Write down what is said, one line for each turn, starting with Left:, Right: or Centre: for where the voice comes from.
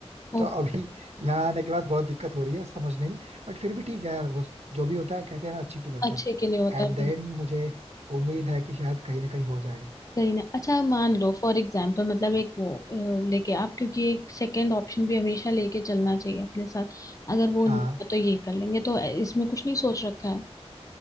Left: हम्म
Right: तो अभी <laughs> यहाँ आने के बाद बहुत दिक्कत हो रही है समझने में बट फिर भी ठीक है यार वो जो भी होता है कहते हैं ना अच्छे के लिए होता
Left: अच्छे
Right: है
Left: के लिए होता है
Right: एट द
Left: बिल्कुल
Right: एंड मुझे उम्मीद है कि शायद कहीं ना कहीं हो जाएगा
Left: कहीं ना अच्छा मान लो फॉर एग्जाम्पल मतलब एक वो अ, लेके आप क्योंकि एक सेकेंड ऑप्शन भी हमेशा लेके चलना चाहिए अपने साथ अगर वो
Right: हाँ
Left: नहीं हुआ तो ये कर लेंगे तो इसमें कुछ नहीं सोच रखा है